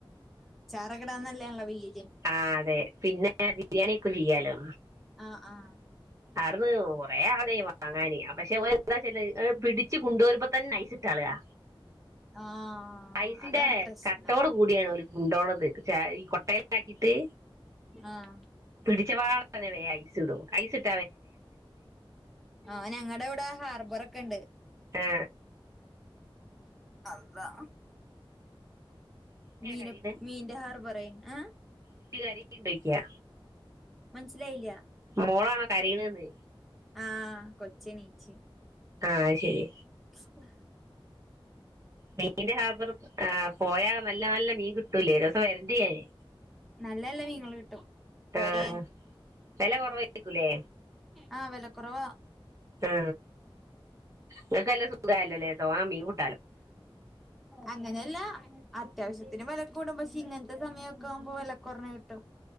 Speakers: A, in the centre; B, on the right.
A: കറകടാന്നല്ലേ അളവ് ലി
B: ആ അതെ പിന്നെ ബിരിയാണി ഒക്കെ ചെയ്യാലോ
A: ആഹ് ആഹ്
B: ആട്ന്ന് കുറേ ആൾ ണ്ടായിഞ് വാങ്ങാന്അ പക്ഷെഓലെന്താ ചെയ്തെ എ പിടിച്ച് കൊണ്ടൊരുമ്പ തന്നെയ് സ് ട്ടാളാ
A: ആഹ്
B: ഐസിന്റെ
A: അതാണ് പ്രശ്നം
B: കട്ടോട് കൂടിയ ഓല് ഉണ്ടോണത് ക്ചെ ഈ കൊട്ടേല് ട്ടക്കിട്ട്
A: ആഹ്
B: പിടിച്ചവാടെ ന്നെ വേ ഐസ് ഇടു ഐസിട്
A: ആഹഞങ്ങടെ വിടെ ഹാർബറൊക്കെ ണ്ട്
B: ആ
A: അതാ
B: കുട്ടിയാ
A: മീനപ്
B: കരീണ്
A: മീന്റെ ഹാർബറെ ആ
B: ട്ടികരികി ണ്ടോയ്ക്യാ
A: മനസ്സിലായില്ല
B: മോളാണോ കരീണെന്ന്
A: ആ കൊച്നീച്
B: ആഹ് ശരി
A: ഹ
B: മീന്റെ ഹാർബർ ആ പോയാ നല്ല നല്ല മീൻ കിട്ടൂല്ലേ ഒരൂസം വര്ണ്ട് ഞാന്
A: നല്ലല്ല മീങ്ങള് കിട്ടും പോരെ
B: ആഹ് വെല കൊറവായിരിക്കൂലേ
A: ആ വല കുറവ
B: ആ ഇങ്ങക്കല്ല സുഗാലെ ലേ തോനെ മീൻ കിട്
A: അങ്ങനല്ലാ അത്യാവശ്യത്തിന് വെലകൂടും പക്ഷെ ഇങ്ങൻത്തെ സമയമൊക്കെ ആകുമ്പോ വെല കൊർഞ് കിട്ടും